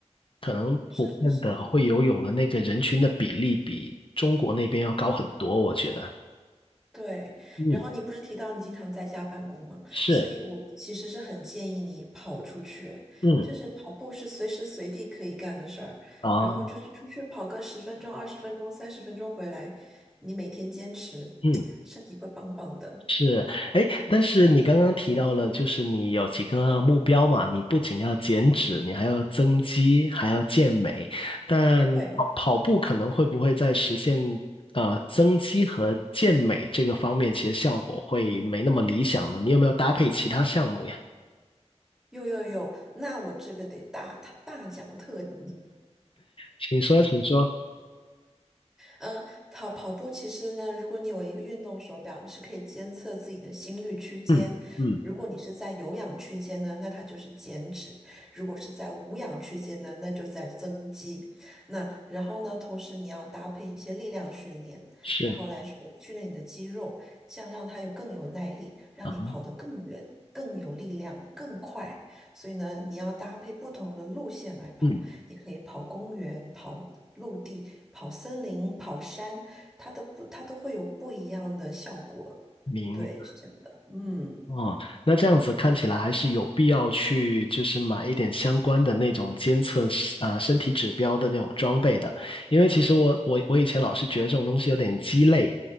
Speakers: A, on the left (about 50°); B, in the centre.
A: 可能普遍的会游泳的那个人群的比例比中国那边要高很多，
B: 是是是，
A: 我觉得。
B: 对。
A: 嗯，
B: 然后你不是提到你经常在家办公吗？
A: 是，
B: 所以我其实是很建议你跑出去，
A: 嗯，
B: 就是跑步是随时随地可以干的事儿，
A: 啊，
B: 然后就是出去跑个十分钟、二十分钟、三十分钟回来，你每天坚持，
A: 嗯。
B: <tsk> 身体会棒棒的。
A: 是，哎，但是你刚刚提到了，就是你有几个目标嘛，你不仅要减脂，你还要增肌，还要健美，但跑跑步可能会不会在实现
B: 对，
A: 呃增肌和健美这个方面，其实效果会没那么理想呢？你有没有搭配其他项目呀？
B: 有有有，那我这个得大大大讲特讲。
A: 请说，请说。
B: 嗯，跑跑步其实呢，如果你有一个运动手表，你是可以监测自己的心率区间。
A: 嗯嗯，
B: 如果你是在有氧区间呢，那它就是减脂；如果是在无氧区间呢，那就在增肌。那然后呢，同时你要搭配一些力量训练，
A: 是
B: 然后来训训练你的肌肉，这样让它有更有耐力，让你跑得更远、
A: 啊，
B: 更有力量、更快。所以呢，你要搭配不同的路线来跑。
A: 嗯，
B: 你可以跑公园、跑陆地、跑森林、跑山，它的不，它都会有不一样的效果。
A: 明白。
B: 对，是这样的。嗯
A: 哦，那这样子看起来还是有必要去，就是买一点相关的那种监测是啊、身体指标的那种装备的，因为其实我我我以前老是觉得这种东西有点鸡肋，